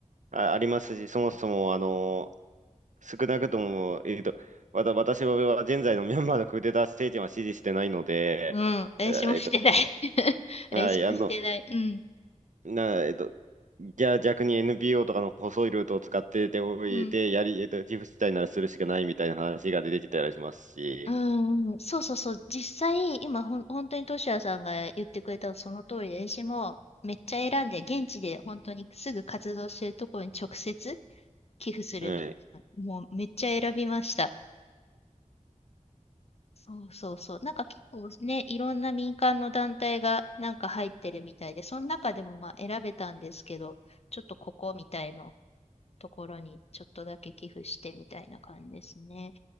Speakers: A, on the right (about 70°); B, on the left (about 50°).
A: あ、ありますし、そもそも、あの、少なくとも、えっと、わた、私は現在のミャンマーのクーデター政権は支持してないので、
B: うん、私もしてない。
A: えっと、
B: <laughs>
A: はい、
B: 私もしてない。
A: あの、
B: うん。
A: な、えっと、じゃあ逆に NPO とかの細いルートを使ってていて、
B: うん。
A: やり、えっと、自負したいならするしかないみたいな話が出てきたりしますし、
B: うんうん、そうそうそう、実際、今ほん、本当にトシヤさんが言ってくれたのその通りで、私もめっちゃ選んで、現地で本当にすぐ活動してるところに直接寄付するみたいな、
A: うん。
B: もうめっちゃ選びました。そうそうそう、なんか結構ね、いろんな民間の団体がなんか入ってるみたいで、その中でもまあ選べたんですけど、ちょっとここみたいなところにちょっとだけ寄付してみたいな感じですね。